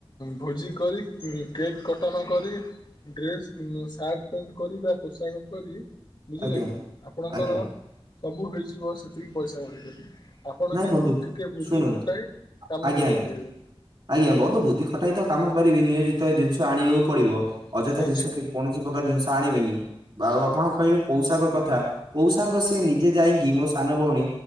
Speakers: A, on the left; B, on the right.
A: ଭୋଜି କରି, କେକ୍ କଟଣ କରି, ଡ୍ରେସ୍ ସାର୍ଟ ପ୍ୟାଣ୍ଟ କରିକି ପୋଷାକ କରି, ବୁଝିଲେ
B: ଆଜ୍ଞା
A: କି ଆପଣଙ୍କର
B: ଆଜ୍ଞା
A: ସବୁ ହେଇଯିବ, ସେତିକି ପଇସା <unintelligible> ଆପଣ
B: ନାଇଁ
A: କିନ୍ତୁ
B: ବନ୍ଧୁ
A: ଟିକେ ବୁଦ୍ଧି
B: ଶୁଣନ୍ତୁ
A: ଖଟାଇ କାମ
B: ଆଜ୍ଞା
A: କରିବାକୁ
B: ଆଜ୍ଞା
A: ପଡିବ।
B: ଆଜ୍ଞା ବନ୍ଧୁ ବୁଦ୍ଧି ଖଟାଇ ତ କାମ କରିବି, ନିୟୋଜିତ ଜିନିଷ ଆଣିବାକୁ ପଡିବ। ଅଯଥା
A: ଆଚ୍ଛା
B: ଜିନିଷ କିଣି କୌଣସି ପ୍ରକାର ଜିନିଷ ଆଣିବେନି, ବା ଆଉ ଆପଣ କହିଲେ ପୋଷାକ କଥା ପୌଷକ, ସେ ନିଜେ ଯାଇକି ମୋ ସାନ ଭଉଣୀ